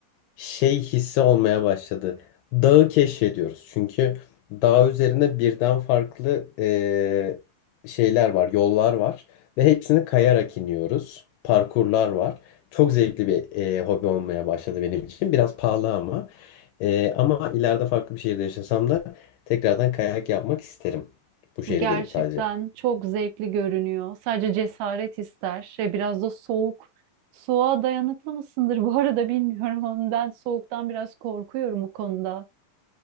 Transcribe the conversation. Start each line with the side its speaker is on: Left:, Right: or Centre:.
Left: şey hissi olmaya başladı. Dağı keşfediyoruz. Çünkü dağ üzerine birden farklı eee, şeyler var, yollar var ve hepsini kayarak iniyoruz. Parkurlar var. Çok zevkli bir eee, hobi olmaya başladı benim için. Biraz pahalı ama Eee, ama ileride farklı bir şehirde yaşasam da tekrardan kayak yapmak isterim. Bu şehre
Right: Gerçekten
Left: gelip sadece.
Right: çok zevkli görünüyor. Sadece cesaret ister. Şey, biraz da soğuk. Soğuğa dayanıklı mısındır bu arada bilmiyorum ama ben soğuktan biraz korkuyorum o konuda.